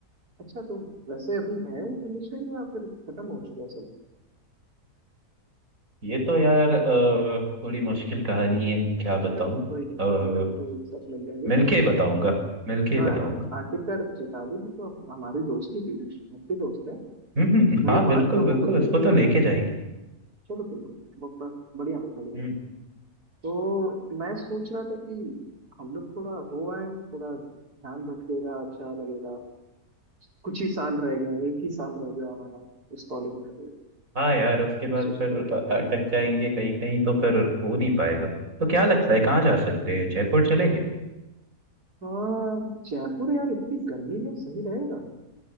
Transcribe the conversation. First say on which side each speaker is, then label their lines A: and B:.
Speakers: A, on the right; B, on the right.
A: अच्छा तो वैसे अभी है रिलेशन या फिर खत्म हो चुका है सब
B: ये तो यार अ, थोड़ी मुश्किल कहानी है मैं क्या बताऊं
A: चलो कोई नहीं कोई नहीं
B: अ,
A: हम लोग एक साथ मिल लेंगे
B: मिलके ही बताऊंगा मिलके ही
A: हाँ
B: बताऊंगा
A: आखिरकार चेताली भी तो अब हमारी दोस्त ही थी अच्छी दोस्त है
B: हम्म हम्म,
A: भले
B: हाँ
A: बात
B: बिल्कुल
A: कम
B: बिल्कुल
A: हो गई क्योंकि
B: उसको तो लेके जाएंगे
A: चलो बिल्कुल ब- ब- बढ़िया भाई बढ़िया
B: हम्म
A: तो मैं सोच रहा था कि हम लोग थोड़ा हो आए थोड़ा ध्यान भटकेगा अच्छा लगेगा कुछ ही साल रह गए एक ही साल रह गया हमारा इस कॉलेज में तो
B: हाँ यार उसके बाद
A: सोचते
B: फिर
A: थे
B: अ,
A: क्या
B: अटक
A: करें
B: जाएंगे कहीं कहीं तो फिर हो नहीं पाएगा तो क्या लगता है कहाँ जा सकते हैं जयपुर चले
A: हाँ जयपुर यार इतनी गर्मी में सही रहेगा